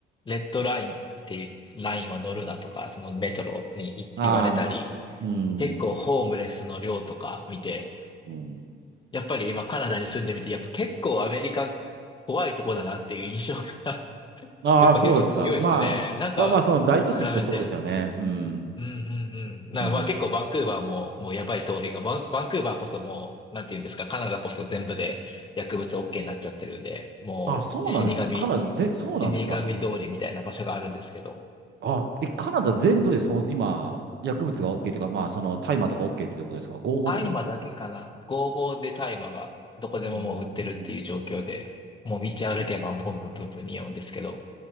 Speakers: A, on the left; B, on the right.
A: レッドラインっていうラインは乗るなとか、そのメトロにい言われたり、
B: ああ、うん。
A: 結構ホームレスの量とか見て、
B: うん
A: やっぱり今カナダに住んでみて、やっぱ結構アメリカ怖いとこだなっていう印象が <laughs>
B: ああ、
A: やっぱ結構強いですね。
B: そうですか。まあ、
A: なんか、
B: まあまあ、その大都市行くとそうですよね。
A: 比べて。
B: うん。
A: うんうんうん。なんかまあ結構バンクーバーももうやばい通りが、
B: うん。
A: バン、バンクーバーこそもう、なんて言うんですか、カナダこそ全部で薬物 OK になっちゃってるんで、もう死神、
B: あ、そうなんですか。カナダぜ、そうなんですか。
A: 死神通りみたいな場所があるんですけど、
B: あ、え、カナダ全土でそう、今、薬物が OK というか、まあ、その大麻とか OK ってことですか。合法ってことですか。
A: 大麻だけかな。合法で大麻がどこでももう売ってるっていう状況で、
B: うーん
A: もう道歩けばポンプンプンプン匂うんですけど、